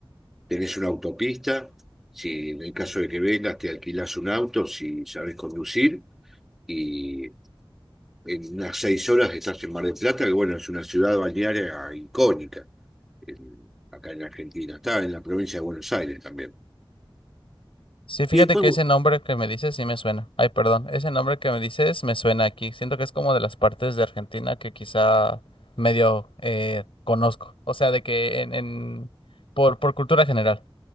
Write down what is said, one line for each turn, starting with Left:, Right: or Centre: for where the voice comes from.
Centre: tenés una autopista, si en el caso de que vengas te alquilás un auto, si sabés conducir, y en unas seis horas estás en Mar del Plata, que bueno, es una ciudad balnearia icónica en- acá en Argentina, está en la provincia de Buenos Aires también.
Left: Sí, fíjate
Centre: Y después,
Left: que
Centre: bu-
Left: ese nombre que me dices sí me suena. Ay, perdón, ese nombre que me dices me suena aquí. Siento que es como de las partes de Argentina que quizá medio eh, conozco. O sea, de que en, en por, por cultura general.